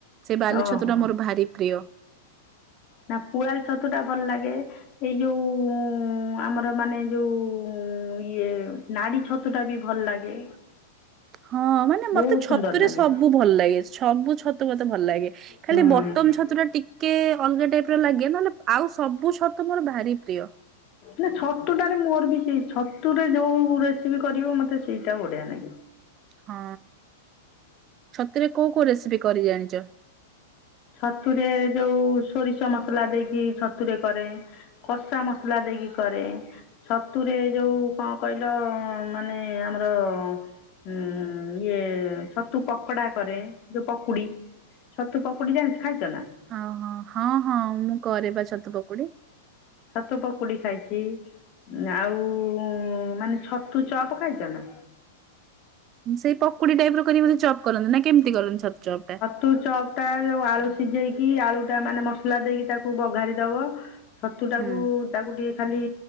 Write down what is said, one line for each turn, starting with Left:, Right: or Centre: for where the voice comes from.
Right: ସେ ବାଲି
Left: ଓହୋ
Right: ଛତୁ ଟା ମୋର ଭାରି ପ୍ରିୟ।
Left: ନା ପୁଆଳ ଛତୁ ଟା ଭଲ ଲାଗେ ଏଇ ଯୋଉ ଆମର ମାନେ ଯୋଉ ଇଏ ନାଡି ଛତୁ ଟା ବି ଭଲ ଲାଗେ।
Right: ହଁ ମାନେ ମତେ
Left: ବହୁତ
Right: ଛତୁରେ
Left: ସୁନ୍ଦର ଲାଗେ
Right: ସବୁ ଭଲ ଲାଗେ ସବୁ ଛତୁ ମତେ ଭଲ ଲାଗେ।
Left: ହୁଁ।
Right: ଖାଲି ବଟମ ଛତୁ ଟା ଟିକେ ଅଲଗା ଟାଇପ୍ ର ଲାଗେ ନହେଲେ ଆଉ ସବୁ ଛତୁ ମୋର ଭାରି ପ୍ରିୟ।
Left: ନା ଛତୁଟାରେ ମୋର ବି ସେଇ ଛତୁରେ ଯୋଉ ରେସିପି କରିବ ମତେ ସେଇଟା ବଢିଆ ନାଗେ।
Right: ହଁ ଛତୁ ରେ କୋଉ କୋଉ ରେସିପି କରି ଜାଣିଚ?
Left: ଛତୁରେ ଯୋଉ ସୋରିଷ ମସଲା ଦେଇକି ଛତୁରେ କରେ। କଷା ମସଲା ଦେଇକି କରେ। ଛତୁରେ ଯୋଉ କଣ କହିଲ ମାନେ ଆମର ଉଁ ଇଏ ଛତୁ ପକଡା କରେ ଯୋଉ ପକୁଡି ଛତୁ ପକ ଡି ଯାଣ ଖାଇଚ ନା?
Right: ଓହୋ ହଁ ହଁ ମୁଁ କରେ ବା ଛତୁ ପକୁଡି।
Left: ଛତୁ ପକୁଡ଼ି ଖାଇଚି ଆଉ ଉଁ ମାନେ ଛତୁ ଚପ୍ ଖାଇଚ ନା?
Right: ସେ ପକୁଡି ଟାଇପ ର କରିକ ବୋଧେ ଚପ୍ କରନ୍ତି ନା କେମିତି କରନ୍ତି ଛତୁ ଚପ୍ ଟା?
Left: ତୁ ଚପ ଟା ଯୋଉ ଆଳୁ ସିଝେଇକି ଆଳୁ ଟା ମାନେ ମସଲା ଦେଇକି ତାକୁ ବଘାରିଦବ ଛତୁ ଟାକୁ
Right: ହୁଁ
Left: ତାକୁ ଟିକେ ଖାଲି